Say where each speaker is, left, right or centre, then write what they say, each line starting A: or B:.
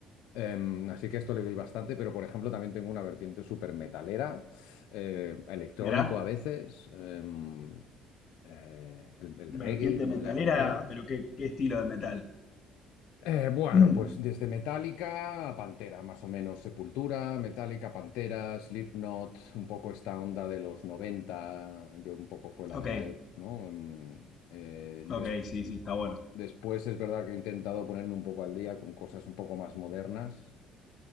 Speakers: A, on the left; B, on the left.
A: Em, así que a esto le doy bastante, pero por ejemplo también tengo una vertiente súper metalera, eh, electrónico
B: Mirá,
A: a veces, em, eh, el, el
B: vertiente
A: reggae, no
B: metalera,
A: le hago un feo.
B: pero qué, qué estilo de metal. <clears throat>
A: Eh, bueno,
B: Mm,
A: pues desde Metallica a Pantera, más o menos Sepultura, Metallica, Pantera, Slipknot, un poco esta onda de los 90. yo un poco fue la,
B: Ok,
A: la e- ¿no? Em, eh, des-
B: ok, sí, sí, está bueno.
A: después es verdad que he intentado ponerme un poco al día con cosas un poco más modernas.